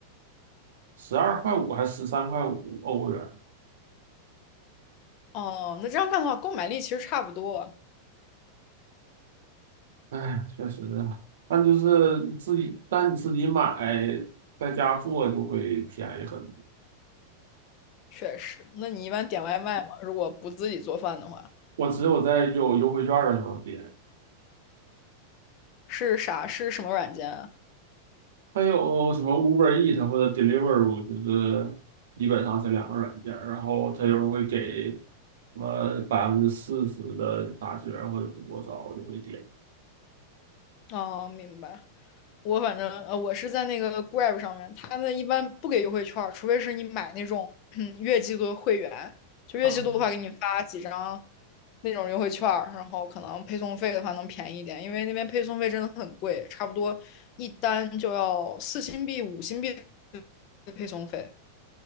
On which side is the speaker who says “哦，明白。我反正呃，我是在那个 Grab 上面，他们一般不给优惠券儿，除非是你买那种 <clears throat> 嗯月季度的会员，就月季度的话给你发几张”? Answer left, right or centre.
Left